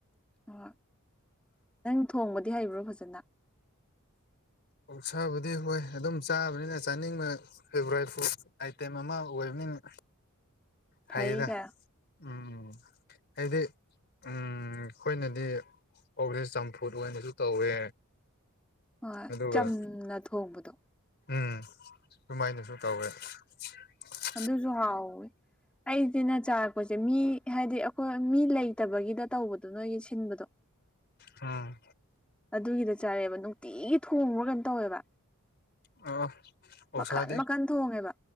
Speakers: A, in the centre; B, on the left.
A: ꯍꯣꯏ ꯅꯪ ꯊꯣꯡꯕꯗꯤ ꯍꯩꯕ꯭ꯔꯣ ꯐꯖꯅ꯫
B: ꯑꯣꯛꯁꯥꯕꯨꯗꯤ ꯍꯣꯏ ꯑꯗꯨꯝ ꯆꯥꯕꯅꯤꯅ ꯆꯥꯅꯤꯡꯕꯅꯦ꯫ ꯐꯦꯚꯣꯔꯥꯏꯠ ꯐꯨꯗ ꯑꯥꯏꯇꯦꯝ ꯑꯃ ꯑꯣꯏꯕꯅꯤꯅ ꯍꯥꯏꯌꯦꯗ꯫
A: ꯍꯩ ꯀꯥꯏ
B: ꯎꯝ ꯍꯥꯏꯗꯤ ꯎꯝ ꯑꯩꯈꯣꯏꯅꯗꯤ ꯑꯣꯛꯖꯦ ꯆꯝꯐꯨꯠ ꯑꯣꯏꯅꯖꯨ ꯇꯧꯋꯦ꯫
A: ꯍꯣꯏ
B: ꯑꯗꯨꯒ
A: ꯆꯝꯅ ꯊꯣꯡꯕꯗꯣ꯫
B: ꯎꯝ ꯁꯨꯃꯥꯏꯅꯁꯨ ꯇꯧꯋꯦ <unintelligible>
A: ꯑꯗꯨꯁꯨ ꯍꯥꯎꯋꯦ ꯑꯩꯁꯤꯅ ꯆꯥꯔꯛꯄꯁꯦ ꯃꯤ ꯍꯥꯏꯗꯤ ꯍꯣꯏ ꯃꯤ ꯂꯩꯇꯕꯒꯤꯗ ꯇꯧꯕꯗꯣ ꯅꯣꯏꯒꯤ ꯁꯤꯟꯕꯗꯣ꯫
B: ꯑꯥ
A: ꯑꯗꯨꯒꯤꯗ ꯆꯥꯔꯛꯑꯦꯕ ꯅꯨꯡꯇꯤꯒꯤ ꯊꯣꯡꯕ꯭ꯔꯥ ꯀꯩꯅꯣꯝ ꯇꯧꯋꯦꯕ꯫
B: ꯑ ꯑꯣꯛꯁꯥꯗꯤ
A: ꯃꯈꯟ ꯃꯈꯟ ꯊꯣꯡꯉꯦꯕ